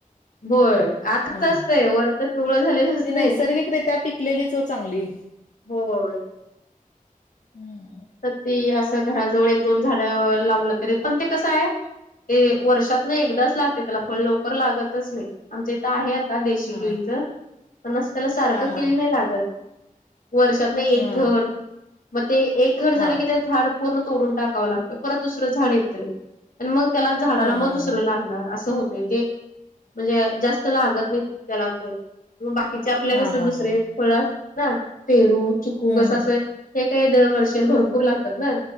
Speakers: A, on the left; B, on the left.
A: होय आताच
B: हा
A: असतय वरच चुवळ झालेलं. असतंय
B: ती नैसर्गिकरित्या पिकलेलीच हो चांगली.
A: होय.
B: हम्म.
A: ती असं घराजवळ एक दोन झाड लावलं तरी पण ते कसं आहे. ते वर्षात ना एकदाच लागते त्याला फळ लवकर लागतच नाही आमच्या इथं आहे आता देशी
B: हा
A: केळीच पण त्याला सारखं
B: हा हा
A: केळी नाही. लागत, वर्षातन एक
B: हा
A: घर, म ते घर झालं
B: हा
A: की झाड पूर्ण तोडून टाकावं लागतं परत दुसरं झाड येतंय. आणि मग त्याला झाडाला
B: हा
A: मग
B: हा हा
A: दुसरं लागणार असं होत ते, म्हणजे जास्त लागत नाहीत. त्याला फळ, मग बाकीचे आपल्या
B: हा
A: कसं
B: हा
A: दुसरे
B: हा
A: फळ असत ना पेरू. चिकू
B: हम्म
A: कसं
B: हम्म.
A: असं, हे काही दर वर्षन भरपूर लागतात ना.